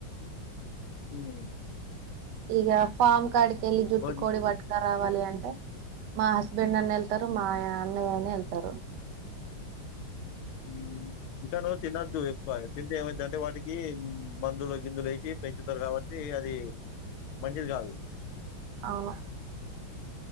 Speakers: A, on the left; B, on the right.
A: ఉమ్
B: ఇగా ఫార్మ్ కడి కి ఎలీ జుట్టుకోడి
A: కోడి
B: బట్క రావాలి అంటే మా హస్బెండ్ అన్న వెళ్తారు మా అన్నయ్యనే వెళ్తారు
A: ఉమ్ చికెన్ తిందో ఏకూ తింటే ఏమై అంటే వాటికి మాందులు గిందులు వేసి పెంచుతారు కాబట్టి అతే అది మంచిది కాదు
B: అవును